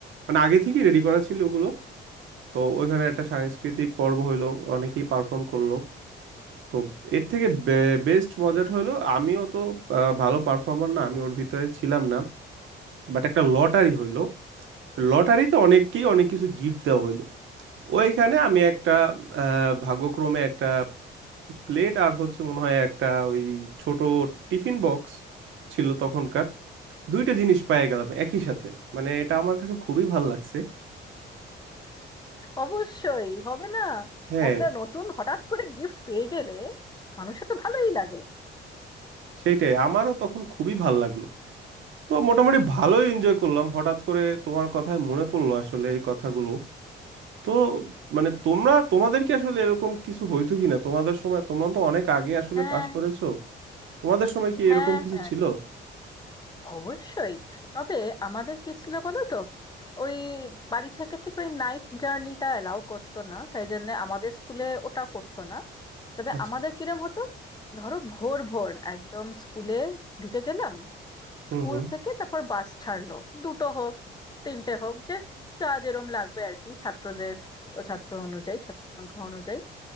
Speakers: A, on the right; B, on the left.
A: মানে আগে থেকেই রেডি করা ছিল ওগুলো তো ওইখানে একটা সাংস্কৃতিক পর্ব হইলো অনেকেই পারফর্ম করলো তো এর থেকে বেস্ট মজাটা হলো আমিও তো আহ, ভালো পারফর্মার না আমি ওর ভিতরে ছিলাম না বাট একটা লটারি হইলো লটারিতে অনেককেই অনেক কিছু গিফট দেওয়া হইলো ওইখানে আমি একটা আহ, ভাগ্যক্রমে একটা প্লেট আর হচ্ছে মনে হয় একটা ওই ছোট টিফিন বক্স ছিল তখনকার দুইটা জিনিস পেয়ে গেলাম একই সাথে মানে এটা আমার কাছে খুবই ভাল লাগছে
B: অবশ্যই হবে না
A: হ্যাঁ
B: একটা নতুন হঠাৎ করে গিফট পেয়ে গেলে মানুষের তো ভালোই লাগে
A: সেটাই আমারও তখন খুবই ভাল লাগলো তো মোটামুটি ভালোই এনজয় করলাম হঠাৎ করে তোমার কথায় মনে পড়লো আসলে এই কথাগুলো তো মানে তোমরা তোমাদের কি আসলে এরকম কিছু হইতো কিনা তোমাদের সময় তোমরা তো অনেক আগে আসলে
B: হ্যাঁ
A: পাশ করেছো তোমাদের সময় কি
B: হ্যাঁ
A: এরকম কিছু
B: হ্যাঁ
A: ছিল
B: অবশ্যই তবে আমাদের কি ছিল বলো তো ওই বাড়ি থেকে ঠিক ওই নাইট জার্নিটা এলাও করতো না তাই জন্য আমাদের স্কুলে ওটা করতো না তবে
A: আচ্ছা
B: আমাদের কিরম হতো ধরো ভোর ভোর একদম স্কুলে ঢুকে গেলাম
A: হুম
B: স্কুল
A: হুম
B: থেকে তারপর বাস ছাড়লো দুটো হোক তিনটে হোক যে যা যেরম লাগবে আর কি ছাত্রদের ও ছাত্র অনুযায়ী ছাত্র সংখ্যা অনুযায়ী